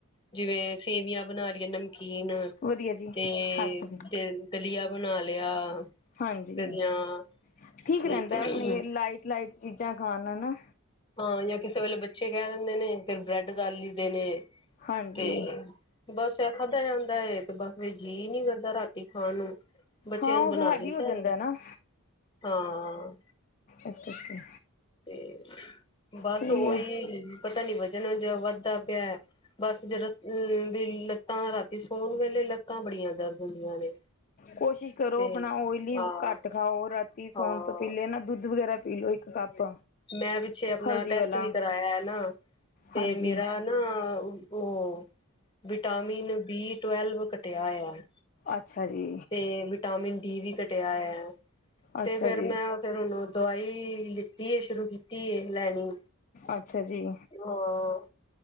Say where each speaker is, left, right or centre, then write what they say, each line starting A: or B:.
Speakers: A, on the left; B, on the left.
A: ਜਿਵੇਂ ਸੇਵੀਆਂ ਬਣਾ ਲਈਏ ਨਮਕੀਨ
B: ਵਧੀਆ ਜੀ
A: ਤੇ
B: ਅੱਛਾ ਜੀ
A: ਦਲੀਆ ਬਣਾ ਲਿਆ।
B: ਹਾਂਜੀ
A: ਕਧਆਂ
B: ਠੀਕ
A: ਜ
B: ਰਹਿੰਦਾ
A: ਹਮ
B: ਆਪਣੀ ਲਾਈਟ ਲਾਈਟ ਚੀਜ਼ਾਂ ਖਾਣ ਨਾ
A: ਹਾਂ ਜਾਂ ਕਿਸੇ ਵੇਲੇ ਬੱਚੇ ਕਹਿ ਦਿੰਦੇ ਨੇ ਫਿਰ ਬ੍ਰੈਡ ਤਾਲੀ ਦੇ ਨੇ-
B: ਹਾਂਜੀ
A: ਤੇ ਬਸ ਇਹ ਖਾਧਾ ਜਾਂਦਾ ਤੇ, ਬਸ ਵੀ ਜੀਅ ਨੀ ਕਰਦਾ ਰਾਤੀ ਖਾਣ ਨੂੰ ਬੱਚਿਆਂ
B: ਹਾਂ
A: ਨੂੰ
B: ਉਹ
A: ਬਣਾ
B: ਹੈਵੀ
A: ਦੀਤਾ
B: ਹੋ ਜਾਂਦਾ ਨਾ
A: ਹਾਂ
B: ਅੱਛਾ, ਅੱਛਾ।
A: ਤੇ ਬਸ
B: ਸਹੀ
A: ਉਹੀ,
B: ਹੈ
A: ਪਤਾ ਨੀ ਵਜ਼ਨ ਜਿਹ ਵੱਧਦਾ ਪਿਆ। ਬਸ ਜੜ ਵੀ ਲੱਤਾਂ ਰਾਤੀ ਸੋਣ ਵੇਲੇ ਲੱਤਾਂ ਬੜੀਆਂ ਦਰਦ ਹੁੰਦੀਆਂ ਨੇ।
B: ਕੋਸ਼ਿਸ਼ ਕਰੋ
A: ਤੇ
B: ਆਪਣਾ ਓਇਲੀ
A: ਹਾਂ
B: ਘੱਟ ਖਾਓ, ਰਾਤੀ ਸੌਣ
A: ਹਾਂ
B: ਤੋਂ ਪੇਲੇ ਨਾ ਦੁੱਧ ਵਗੈਰਾ ਪੀ ਲਓ ਇ ਕੱਪ
A: ਮੈਂ ਪਿੱਛੇ ਆਪਣਾ
B: ਹਲਦੀ
A: ਟੈਸਟ
B: ਵਾਲਾ
A: ਵੀ ਕਰਾਇਆ ਨਾ ਤੇ
B: ਹਾਂਜੀ
A: ਮੇਰਾ ਨਾ ਉਹ ਵਿਟਾਮਿਨ ਬੀ ਟਵੈਲਵ ਘਟਿਆ ਹੋਇਆ
B: ਅੱਛਾ ਜੀ
A: ਤੇ ਵਿਟਾਮਿਨ ਡੀ ਵੀ ਕਟਿਆ ਹੋਇਆ ਏ
B: ਅੱਛਾ
A: ਤੇ ਫੇਰ
B: ਜੀ
A: ਮੈਂ ਫਿਰ ਹੁਣ ਦਵਾਈ ਲਿੱਤ ਤੀ ਏ ਸ਼ੁਰੂ ਕੀਤੀ ਏ ਲੈਣੀ,
B: ਅੱਛਾ ਜੀ
A: ਹਾਂ।